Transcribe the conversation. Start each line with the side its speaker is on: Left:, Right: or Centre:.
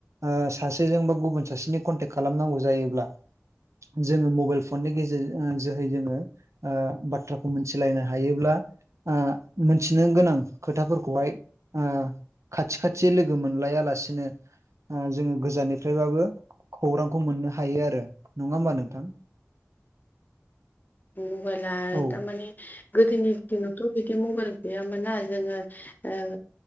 Right: ओ सासेजोंबो गुबुन सासेनि कनटेक्ट खालामनांगौ जायोब्ला जोंङो मबाइल फननि गेजेरजों ओ जोहै जोंङो ओ बाथ्राखौ मोनथिलायनो हायोब्ला ओ मोनथिनो गोनां खोथाफोरखौहाय ओ खाथि खाथि लोगो मोनलायालासिनो ओ जोंङो गोजाननिफ्रायबाबो खौरांखौ मोननो हायो आरो। नंङा होमबा नोंथां?
Left: मबाइला
Right: औ
Left: दा माने गोदोनि दिनावथ' बिदि मबाइल गैयामोनना जोंङो ओ